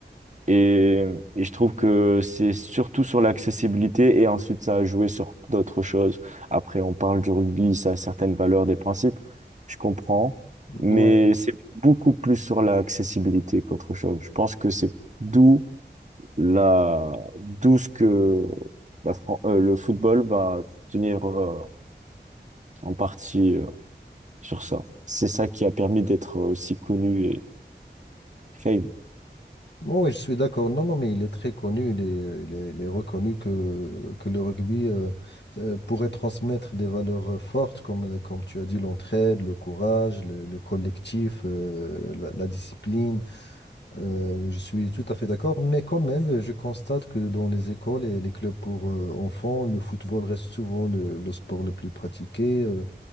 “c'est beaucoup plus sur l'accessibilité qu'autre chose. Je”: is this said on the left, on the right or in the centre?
Right